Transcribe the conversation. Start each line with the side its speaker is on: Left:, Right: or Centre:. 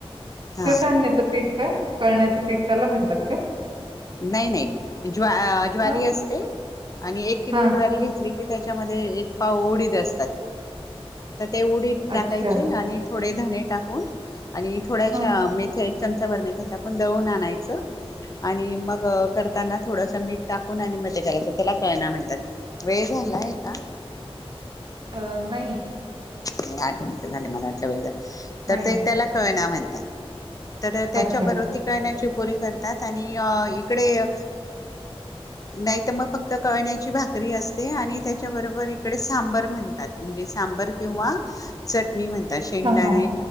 Left: हा
Right: तर धान्याचं पीठ काय. कळण्याचं पीठ त्याला म्हणतात का?
Left: नाही नाही. ज् ज्वारी
Right: मग?
Left: असते आणि एक किलो
Right: हां,
Left: ज्वारी घेतली. त्याच्यामध्ये एक पाव उडीत असतात. तर ते उडी टाकायचे
Right: अच्छा.
Left: आणि थोडी डे धणे टाकून आणि थोड्याशा
Right: हां,
Left: मेथे चमचा भर त्याकून दळून आणायचं आणि मग करताना थोडंसं मीठ टाकून आणि मते करायचं त्याला कळना म्हणतात वेळ झालाय का?
Right: अ नाही
Left: नाही आठ झा मला आठला वेळे
Right: नाही,
Left: तर ते
Right: नाही.
Left: त्याला कळणार म्हण ठात तर त्याच्याबरोती
Right: अच्छा.
Left: करण्या री करतात आणि इकडे नाहीत मग फक्त कळण्याची भाकरी असते आणि त्याच्याबरोबर इकडे सांबर म्हणतात म्हणजे सांबर किंवा ट म म्हणता शेंगदाणे
Right: हां, हां.